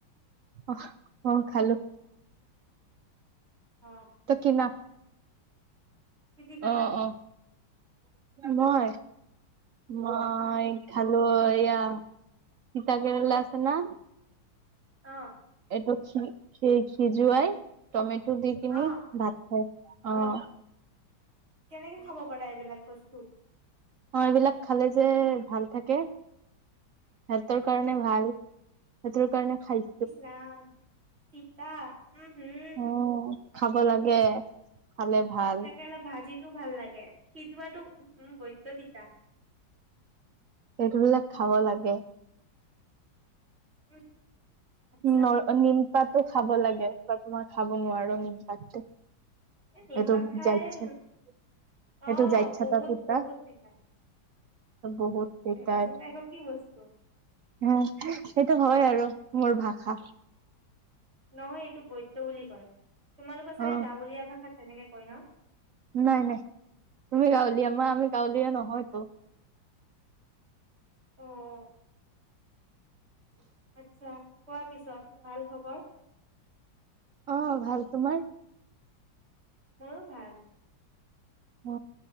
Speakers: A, on the right (about 60°); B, on the right (about 30°).
A: অহ অহ খালো।
B: অহ
A: তো কিনা
B: কি দি খালা
A: অহ অহ মই মই
B: অ
A: খালো অ এইয়া তিতা কেৰেলা আছে না
B: অহ
A: এইটো খি খিজুৱাই টমেটো দি কিনি
B: অ
A: ভাত খায়ছো
B: অ
A: অহ
B: কেনেকে খাব পাৰা এইবিলাক বস্তু।
A: অ এইবিলাক খালে যে ভাল থাকে। স্বাস্থ্যৰ কাৰণে ভাল সেইতৰ কাৰণে খাই
B: ইছ ৰাম তিতা উম হুম।
A: উম খাব লাগে খালে ভাল।
B: তিতা কেৰেলা ভাজিটো ভাল লাগে সিজোৱাতো উম হুম বৈদ্য তিতা।
A: এইবিলাক খাব লাগে।
B: উম আচ্ছা
A: নৰ নিমপাতো খাব লাগে বাত মই খাব নোৱাৰোঁ নিমপাতটো।
B: এই নিমপাত
A: এইটো
B: খাই
A: যাৰ ইচ্ছা। সেইটো
B: অ',
A: যাইছা
B: বহুত
A: তাৰপা
B: বহুত পিঠা
A: বহুত তিতা
B: তাৰপিছতে
A: এইটো
B: আকৌ কি বস্তু
A: হা সেইটো হয় আৰু মোৰ ভাষা
B: নহয় এইটো বৈদ্য বুলি কয় তোমালোকৰ চাগে
A: অ
B: গাঁৱলীয়া ভাষাত তেনেকে কয় ন
A: নাই নাই তুমি গাঁৱলীয়া আমি গাঁৱলীয়া নহয়তো।
B: অ', আচ্ছা কোৱা পিছত ভাল খবৰ।
A: অহ ভাল তোমাৰ।
B: মোৰো ভাল।
A: অ